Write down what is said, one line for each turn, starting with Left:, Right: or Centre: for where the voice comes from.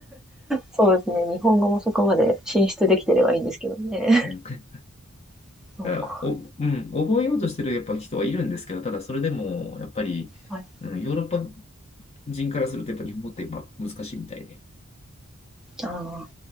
Centre: そうですね。日本語もそこまで進出できてればいいんですけどね。
Left: <laughs> うん
Centre: <laughs> そうか。
Left: あお、うん、覚えようとしてるやっぱ人はいるんですけど、ただそれでも、やっぱり、
Centre: はい。
Left: うん、ヨーロッパ人からすると、やっぱ日本語ってやっぱ難しいみたいで。
Centre: ああ、